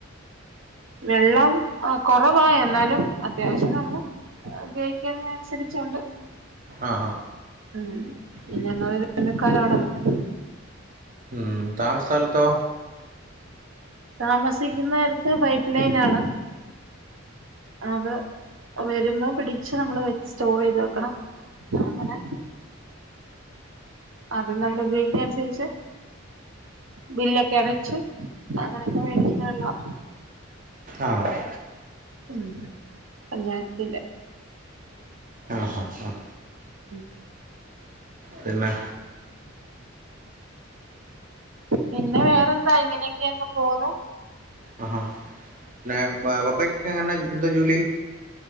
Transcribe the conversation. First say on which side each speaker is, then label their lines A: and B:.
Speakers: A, on the right (about 70°); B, on the right (about 40°).
A: വെള്ളം അഹ് കുറവ എന്നാലും അത്യാവശ്യം നമ്മള് ഗയിക്കനെഅനുസരിച്ചുണ്ട് അപ്പുറത്
B: ആഹ
A: ഉം പിന്നെ <unintelligible>
B: ഹ്മ്മ് താമസ്ഥലത്തോ
A: താമസിക്കുന്നടുത്ത് പൈപ്പ് ലൈൻ ആണ് അത് വരുമ്പോ പിടിച്ച് നമ്മള് സ്റ്റോർ ചെയ്ത് വെക്കണം ആങ്ങനെ അത് നമ്മുടെ ഉപയോഗിക്കുന്നെ അനുസരിച്ച് ബില്ലൊക്കെ അടച്ച് അങ്ങനെയൊക്കെ മേടിക്കുന്നെ വെള്ളോ
B: അഹ്
A: ഉം പഞ്ചായത്തിന്റെ
B: ആഹ ആ
A: ഉം
B: പിന്നെ
A: പിന്നെ വേറെന്താ ഇങ്ങനെയൊക്കെ അങ്ങ് പോന്നു
B: ആഹാ പിന്നെ പപ്പക്കങ്ങനെ എന്താ ജോലി